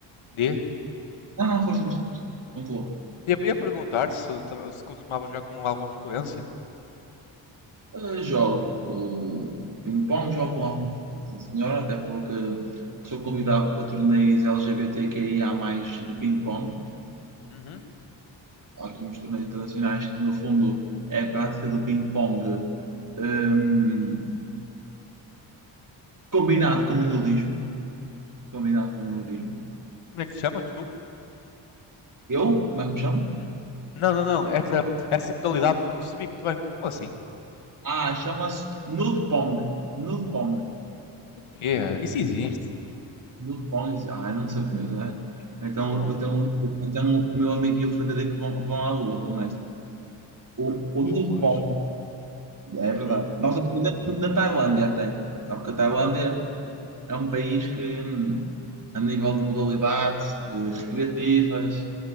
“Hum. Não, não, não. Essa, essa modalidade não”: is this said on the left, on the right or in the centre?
Left